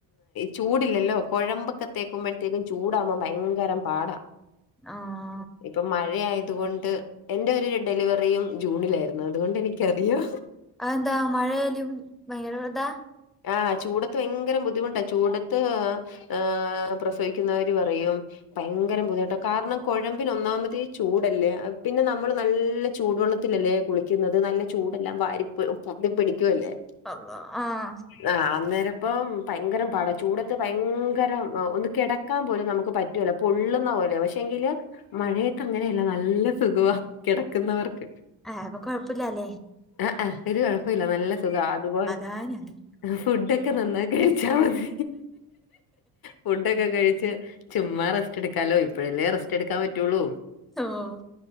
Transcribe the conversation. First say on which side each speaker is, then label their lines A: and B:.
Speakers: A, on the left; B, in the centre.
A: ചൂടില്ലല്ലോ കൊഴമ്പക്കത്തേക്കുമ്പഴത്തേക്കു ചൂടാവുമ്പോം ഭയങ്കര പാടാ.
B: ആഹ്
A: ഇപ്പ മഴയായത് കൊണ്ട് എന്റെ ഒരു ഡെലിവറിയും ജൂണിലായിരുന്നു. അതുകൊണ്ട് എനിക്കറിയാ.
B: അതെന്താ മഴയാലും ഭയങ്കര താ?
A: ആഹ് ചൂടത്ത് ഭയങ്കരം ബുദ്ധിമുട്ടാ ചൂടത്ത് ഏഹ് പ്രസവിക്കുന്നവര് പറയും ഭയങ്കര ബുദ്ധിമുട്ട. കാരണം കൊഴമ്പിന് ഒന്നാമതെ ചൂടല്ലേ പിന്നെ നമ്മള് നല്ല ചൂടുവെള്ള ത്തിലല്ലേ കുളിക്കുന്നത്. നല്ല ചൂടെല്ലാം വാരി പൊ പൊത്തി പിടിക്കുഅല്ലേ.
B: അള്ളാഹ് ആഹ്
A: ആഹ് അന്നേരപ്പം ഭയങ്കരം പാടാ. ചൂടത്ത് ഭയങ്കര ആഹ് ഒന്ന് കെടക്കാൻ പോലും നമുക്ക് പറ്റ് പറ്റുല പൊള്ളുന്ന പോലെ പക്ഷേ എങ്കില്- മഴയത്ത് അങ്ങനെയല്ല നല്ല സുഖവാ കെടക്കുന്നവർക്ക്.
B: ആഹ് അപ്പൊ കൊഴപ്പുല്ലാല്ലേ
A: ആഹ് ഹാ ഒരു കൊഴപ്പോവില്ല നല്ല സുഖാ അതുപോൽ-
B: ഞാൻ ഇടും
A: ആഹ് ഫുഡൊക്കെ നന്നായി കഴിച്ചാ മതി. ഫുഡൊക്കെ കഴിച്ച് ചുമ്മാ റസ്റ്റ്ടുക്കാലോ ഇപ്പഴല്ലേ റസ്റ്റ് എടുക്കാൻ പറ്റുള്ളൂ.
B: ഓഹ്